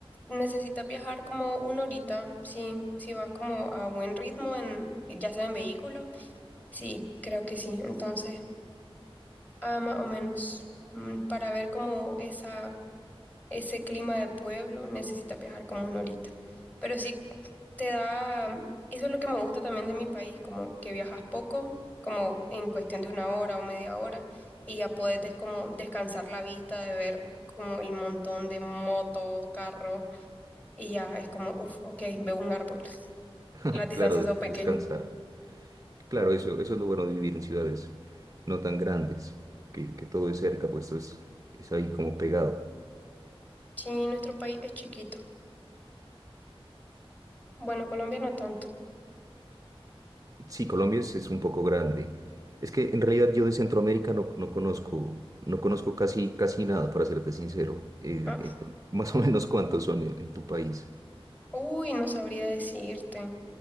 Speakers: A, on the left; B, on the right.
A: necesitas viajar como una horita, sí, si vas como a buen ritmo en, ya sea en vehículo. Sí, creo que sí. Entonces, ah, más o menos, mm, para ver como esa, ese clima de pueblo necesitas viajar como una horita. Pero sí, te da, eso es lo que me gusta también de mi país, como que viajas poco, como en cuestión de una hora o media hora, y ya puedes des- como descansar la vista de ver como el montón de motos, carros, y ya es como, uff, ok, veo un árbol. <laughs>
B: <laughs>
A: Las distancias
B: Claro, de-
A: son pequeñas.
B: descansar. Claro, eso, eso es lo bueno de vivir en ciudades no tan grandes, que, que todo es cerca, pues todo es, es ahí como pegado.
A: Sí, nuestro país es chiquito. Bueno, Colombia no tanto.
B: Sí, Colombia es, es un poco grande. Es que en realidad yo de Centroamérica no, no conozco, no conozco casi, casi nada, para serte sincero. Eh,
A: Ah,
B: eh, más o menos cuántos son en en tu país.
A: Uy, no sabría decirte.